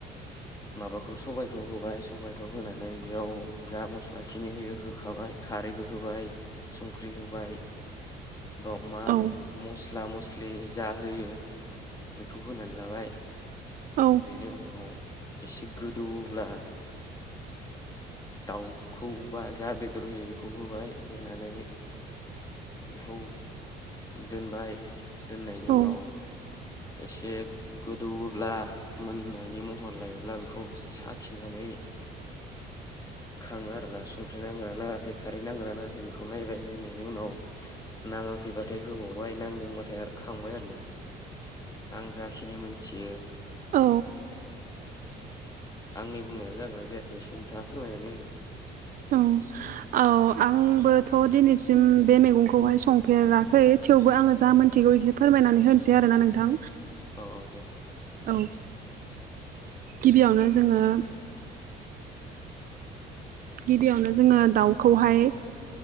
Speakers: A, on the left; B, on the right.
A: माबाखौ सबायखौ होबाय सबायखौ होनानै बेयाव जा मस्ला खिनि होयो होखाबाय खारैबो होबाय संख्रि होबाय बाव मा होनो
B: औ
A: बेखौ मस स्ला मस्लि जा होयो बेखौ होनानै लाबाय
B: औ
A: बिनि उनाव एसे गोदौब्ला दाउखौबा जा बेदर होयो बेखौ होबाय होनानै बेखौ दोनबाय दोननायनि
B: औ
A: उनाव एसे गोदौवोब्ला मोननायनि महर लायोब्ला बेखौ साखिनानै खाङो आरोना संख्रि नांगोना नाङाखै खारै नांगोना नाङाखै बेखौ नायबाय नायनायनि उनाव नाङाखैबाथाय होबावबाय नांदोंबाथाय आरो खांबाय आरोना आं जाखिनि मोनथियो
B: औ
A: बे आरोना आंनि बुंनाया जागोना जायाखै एसे खोन्था फोरमायनानै होदो
B: औ औ आंबोथ' दिनैसिम बे मैगंखौहाय संफेराखै थेवबो आङो जा मोन थिगौ एसे फोरमायनानै होनसै से आरोना नोंथां।
A: औ औ दे उम।
B: औ गिबियावनो जोङो गिबियावनो जोङो दाउ खौहाय
A: औ